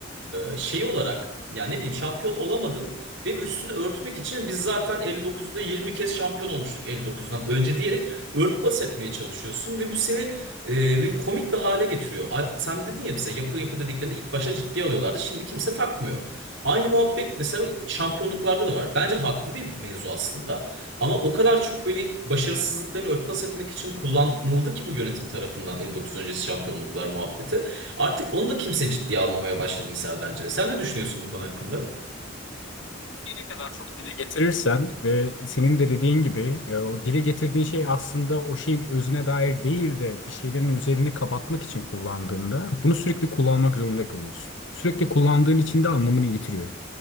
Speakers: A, on the right (about 75°); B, on the left (about 70°).
A: e, şeyi olarak ya ne bileyim şampiyon olamadın ve üstünü örtmek için biz zaten 59'da 20 kez şampiyon olmuştuk 59'dan önce diyerek örtbas etmeye çalışıyorsun ve bu seni e, bir komik bir hale getiriyor. A- Sen de dedin ya mesela yapı yapı dediklerini ilk başta ciddiye alıyorlardı şimdi kimse takmıyor. Aynı muhabbet mesela şampiyonluklarda da var. Bence haklı bir mevzu aslında ama o kadar çok böyle başarısızlıklarını örtbas etmek için kullanıldı ki bu yönetim tarafından 59 öncesi şampiyonluklar muhabbeti. Artık onu da kimse ciddiye almamaya başladı mesela bence. Sen ne düşünüyorsun bu konu hakkında?
B: ne kadar çok dile getirirsen ve senin de dediğin gibi e, o dile getirdiğin şey aslında o şeyin özüne dair değil de bir şeylerin üzerini kapatmak için kullandığında bunu sürekli kullanmak zorunda kalıyorsun. Sürekli kullandığın için de anlamını yitiriyor.